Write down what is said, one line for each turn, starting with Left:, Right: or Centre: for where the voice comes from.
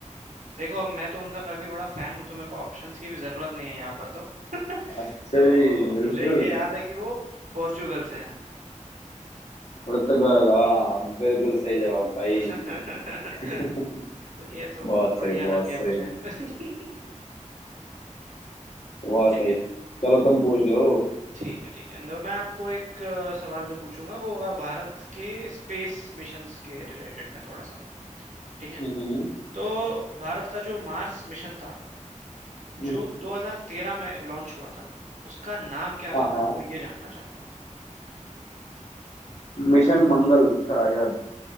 Right: देखो अब मैं तो उनका काफी बड़ा फैन हूँ तो मेरे को ऑप्शंस की भी जरूरत नहीं है यहाँ पर तो <laughs>
Left: अच्छा
Right: तो
Left: जी बिल्कुल
Right: मुझे ये याद है कि वो पोर्चुगल से है
Left: पुर्तगाल हाँ बिल्कुल सही जवाब भाई
Right: <laughs>
Left: <laughs>
Right: तो ये तो
Left: बहुत सही
Right: बढ़िया
Left: बहुत
Right: लग गया
Left: सही
Right: मुझे <laughs> ठीक
Left: बहुत
Right: है
Left: सही चलो तुम पूछ लो
Right: ठीक है ठीक है तो मैं आपको एक अ, सवाल जो पूछूंगा वो होगा भारत के स्पेस मिशंस के रिलेटेड में थोड़ा सा ठीक है
Left: हम्म
Right: तो भारत का जो मार्स मिशन था
Left: हम्म,
Right: जो 2013 में लॉन्च हुआ था उसका नाम क्या
Left: हाँ
Right: था मैं
Left: हाँ
Right: आपको ये जानना चाहूंगा
Left: मिशन मंगल शायद